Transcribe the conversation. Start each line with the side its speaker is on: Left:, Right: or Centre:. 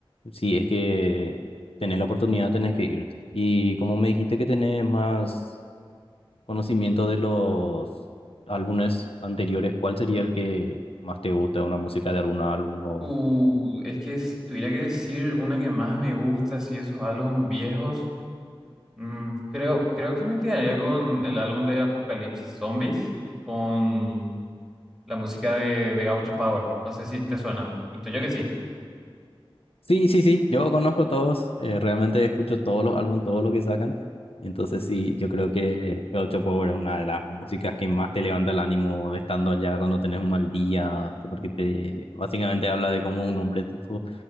Left: sí, es que tenés la oportunidad, tenés que irte. Y como me dijiste que tenés más conocimiento de los álbumes anteriores, ¿cuál sería el que más te gusta, una música de algún álbum o...
Centre: Uh, es que si tuviera que decir una que más me gusta, si esos álbumes viejos, mm, creo, creo que me quedaría con el álbum de Apocalipsis Zombies y con la música de, de Gaucho Power. No sé si te suenan. Intuyo que sí.
Left: Sí, sí, sí, yo conozco todos, eh, realmente escucho todos los álbumes, todo lo que sacan, entonces sí, yo creo que Gaucho Power es una de las músicas que más te levanta el ánimo estando allá cuando tenés un mal día, porque te básicamente habla de cómo un hombre tipo